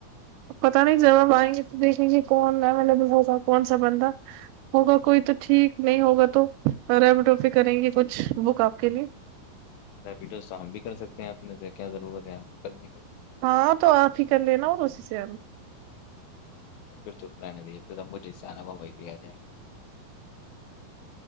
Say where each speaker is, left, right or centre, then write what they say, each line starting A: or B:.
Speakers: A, on the right (about 85°); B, on the left (about 80°).
A: پت نہیں جب اب آئیں گے تو دیکھیں گے کون اویلیبل ہوگا کون سا بندہ ہوگا کوئی تو ٹھیک نہیں ہوگا تو ریمٹوپی کریں گے کچھ بک آپ کے لیے
B: ریپیڈو شام بھی کر سکتے ہیں اپنے سے کیا ضرورت ہے آپ کو کرنے کی
A: ہاں تو آ فکن لینا ہو تو اسسی سے
B: نہیں پھر تو رہنے دیے پھر اب مجھے سے آنے کو ہم ویسے آ جائ گے